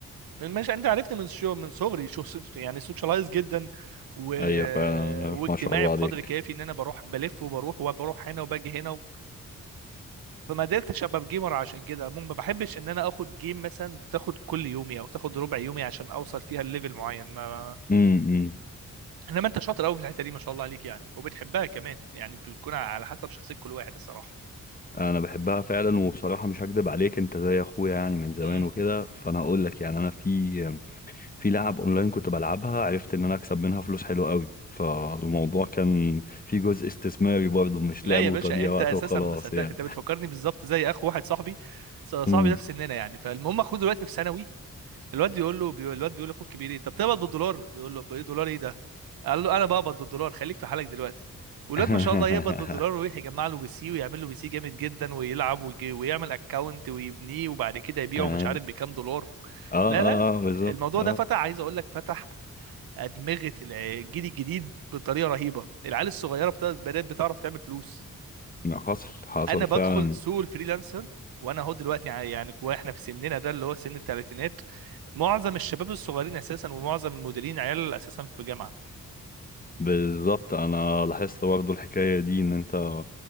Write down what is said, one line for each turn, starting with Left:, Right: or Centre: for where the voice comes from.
Right: ماشي انت عرفت من شو من صغري شو يعني سوشيالايز جدا و...
Left: ايوه فعلا
Right: واجتماعي
Left: ما شاء الله
Right: بقدر
Left: عليك
Right: كافي ان انا بروح بلف وبروح وبروح هنا وباجي هنا و... فما قدرتش ابقى جيمر عشان كده ما بحبش ان انا اخد جيم مثلا تاخد كل يومي او تاخد ربع يومي عشان اوصل فيها الليفل معين ما
Left: امم
Right: انما انت شاطر قوي في الحته دي ما شاء الله عليك يعني وبتحبها كمان يعني بتكون على حسب شخصيه كل واحد الصراحه
Left: انا بحبها فعلا وبصراحة مش هكدب عليك انت زي اخويا يعني من زمان
Right: امم
Left: وكده فانا هقول لك يعني انا في في لعب اونلاين كنت بلعبها عرفت ان انا اكسب منها فلوس حلوة قوي فالموضوع كان في جزء استثماري برضه مش
Right: لا
Left: لعب
Right: يا
Left: وتضييع
Right: باشا انت
Left: وقت
Right: اساسا
Left: وخلاص
Right: ما صدقت
Left: يعني
Right: انت بتفكرني بالظبط زي اخ واحد صاحبي
Left: <laughs>
Right: ص- صاحبي
Left: امم
Right: ده في سننا يعني فالمهم اخوه دلوقتي في ثانوي الواد يقول له بيقول الواد بيقول لاخوك الكبير ايه طب تقبض بالدولار يقول له بايه دولار ايه ده قال له انا بقبض بالدولار خليك في حالك دلوقتي والواد
Left: <laughs>
Right: ما شاء الله يقبض بالدولار ويروح يجمع له بي سي ويعمل له بي سي جامد جدا ويلعب ويجي ويعمل اكونت ويبنيه وبعد كده يبيعه
Left: اه
Right: مش عارف بكام دولار
Left: اه
Right: لا لا
Left: اه بالظبط
Right: الموضوع
Left: اه
Right: ده فتح عايز اقول لك فتح ادمغه الجيل الجديد بطريقه رهيبه العيال الصغيره بتاعت بدات بتعرف تعمل فلوس
Left: حصل حصل
Right: انا بدخل
Left: فعلا
Right: سوق الفريلانسر وانا اهو دلوقتي ع- يعني واحنا في سننا ده اللي هو سن الثلاثينات معظم الشباب الصغيرين اساسا ومعظم المديرين عيال اساسا في جامعه
Left: بالظبط انا لاحظت برضه الحكايه دي ان انت